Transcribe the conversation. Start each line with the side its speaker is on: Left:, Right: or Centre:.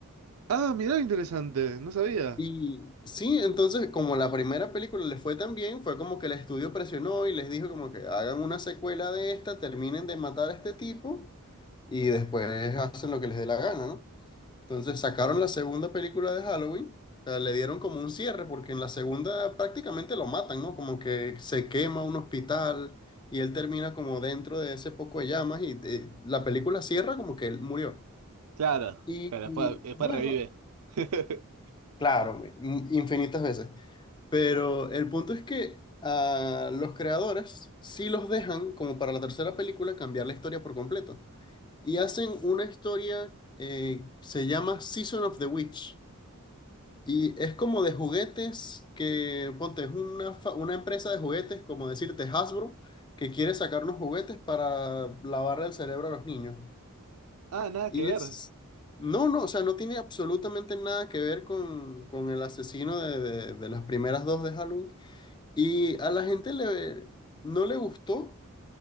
Right: Ah, mirá, qué interesante, no sabía.
Left: Y sí, entonces como la primera película les fue tan bien, fue como que el estudio presionó y les dijo como que hagan una secuela de esta, terminen de matar a este tipo y después hacen lo que les dé la gana, ¿no? Entonces sacaron la segunda película de Halloween, o sea, le dieron como un cierre porque en la segunda prácticamente lo matan, ¿no? Como que se quema un hospital y él termina como dentro de ese poco de llamas y eh, la película cierra como que él murió.
Right: Claro,
Left: Y,
Right: pero
Left: y,
Right: después, después
Left: bueno,
Right: revive. <laughs>
Left: claro, m- infinitas veces. Pero el punto es que a los creadores sí los dejan, como para la tercera película, cambiar la historia por completo. Y hacen una historia eh, se llama Season of the Witch. Y es como de juguetes que, ponte, es una, fa- una empresa de juguetes, como decirte Hasbro, que quiere sacar unos juguetes para lavarle el cerebro a los niños.
Right: Ah, nada
Left: Y
Right: que ver.
Left: es... No, no, o sea, no tiene absolutamente nada que ver con, con el asesino de, de de las primeras dos de Halloween y a la gente le, no le gustó